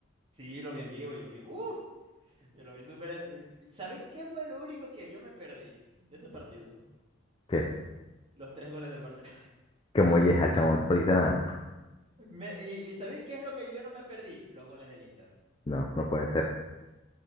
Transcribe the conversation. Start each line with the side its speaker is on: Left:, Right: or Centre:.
Right: Sí, lo vi en vivo, yo lo vi. ¡Uf! Yo lo vi súper. en- ¿Sabés qué fue lo único que yo me perdí de ese partido?
Left: ¿Qué?
Right: Los tres goles del Barcelona.
Left: Qué molleja, chamo, no te perdiste nada.
Right: <laughs> Me- y, ¿Y sabéis qué es lo que yo no me perdí? Los goles del Inter.
Left: No, no puede ser.